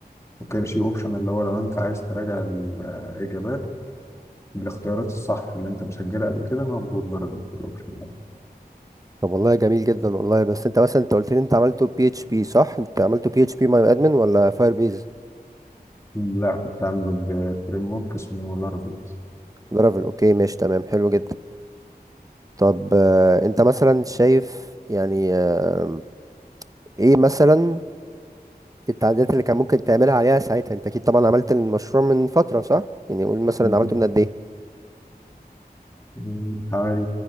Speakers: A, on the left; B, on the right.
A: وكان في اوبشن اللي هو لو انت عايز تراجع الاجابات بالاختيارات الصح اللي انت مسجلها قبل كده موجود برضه في الاوبشن ده.
B: طب والله جميل جدا والله بس انت مثلا انت قلت لي انت عملته بي اتش بي صح انت عملته بي اتش بي ماي ادمن ولا فاير بيز
A: لا كنت عامله بفريم ورك اسمه لارافيل
B: لارافيل اوكي ماشي تمام حلو جدا طب آه، انت مثلا شايف يعني آه، ايه مثلا التعديلات اللي كان ممكن تعملها عليها ساعتها انت اكيد طبعا عملت المشروع من فترة صح يعني قول مثلا
A: مهم.
B: عملته من قد ايه
A: من حوالي